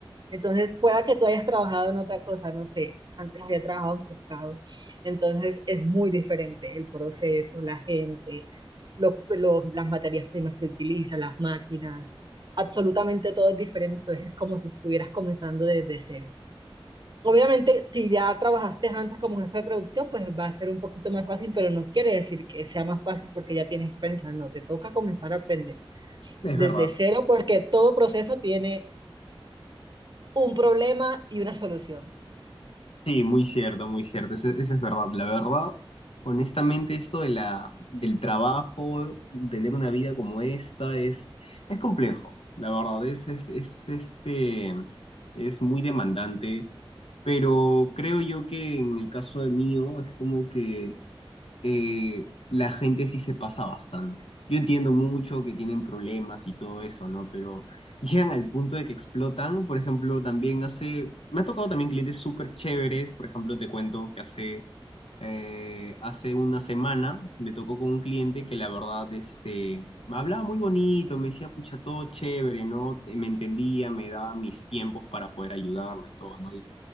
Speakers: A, on the right (about 50°); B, on the left (about 85°).
A: Entonces, pueda que tú hayas trabajado en otra cosa, no sé. Antes había trabajado en pescado. Entonces, es muy diferente el proceso, la gente, los, los- las materias primas que utilizan, las máquinas. Absolutamente todo es diferente. Entonces, es como si estuvieras comenzando desde cero. Obviamente, si ya trabajaste antes como jefe de producción, pues va a ser un poquito más fácil, pero no quiere decir que sea más fácil porque ya tienes experiencia. No, te toca comenzar a aprender
B: es
A: desde
B: verdad.
A: cero porque todo proceso tiene un problema y una solución.
B: Sí, muy cierto, muy cierto, eso, eso es verdad. La verdad, honestamente, esto de la, del trabajo, tener una vida como esta, es, es complejo. La verdad, es, es, es, este, es muy demandante, pero creo yo que en el caso de mío, es como que eh, la gente sí se pasa bastante. Yo entiendo mucho que tienen problemas y todo eso, ¿no? Pero <laughs> llegan al punto de que explotan. Por ejemplo, también hace, me ha tocado también clientes súper chéveres. Por ejemplo, te cuento que hace, eh, hace una semana me tocó con un cliente que la verdad, este, me hablaba muy bonito, me decía, pucha, todo chévere, ¿no? Me entendía, me daba mis tiempos para poder ayudarlo y todo, ¿no? Y